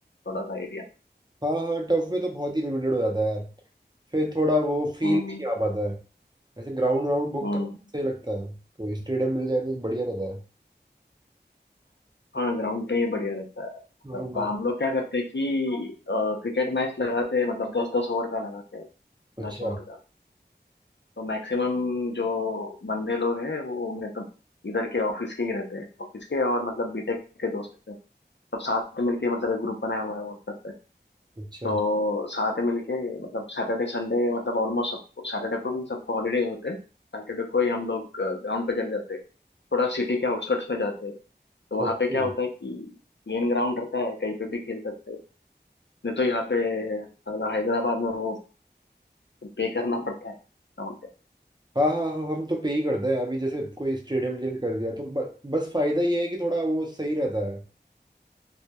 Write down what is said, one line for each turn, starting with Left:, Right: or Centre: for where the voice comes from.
Left: थोड़ा सा एरिया
Right: हाँ हाँ टर्फ पे तो बहुत ही लिमिटेड हो जाता है यार फिर थोड़ा वो फील
Left: हम्म
Right: भी नहीं आ पाता है ऐसे ग्राउंड वाउंड बुक
Left: हम्म
Right: कर सही लगता है कोई स्टेडियम मिल जाए तो बढ़िया रहता है
Left: हाँ ग्राउंड पे ये बढ़िया रहता है मतलब
Right: हाँ वही
Left: हम लोग क्या करते हैं कि क्रिकेट मैच लगाते हैं मतलब दस दस ओवर का लगाते हैं
Right: अच्छा
Left: दस ओवर का तो मैक्सिमम जो बंदे लोग हैं वो मतलब इधर के ऑफिस के ही रहते हैं ऑफिस के और मतलब बीटेक के दोस्त हैं सब साथ में मिलके मतलब एक ग्रुप बनाया हुआ है व्हाट्सएप
Right: अच्छा
Left: तो साथ में मिलके मतलब सैटरडे संडे मतलब ऑलमोस्ट सबको सैटरडे को भी सबको हॉलीडे होते हैं सैटरडे को ही हम लोग ग्राउंड पे चले जाते हैं थोड़ा सिटी के आउटस्कर्ट्स में जाते हैं तो वहाँ
Right: ओके
Left: पे क्या होता है कि मेन ग्राउंड रहता है कहीं पे भी खेल सकते हैं नहीं तो यहाँ पे साला हैदराबाद में वो पे करना पड़ता है ग्राउंड पे
Right: हाँ हाँ हाँ हम तो पे ही करते हैं अभी जैसे कोई स्टेडियम के लिए कर दिया तो ब, बस फायदा ये है कि थोड़ा वो सही रहता है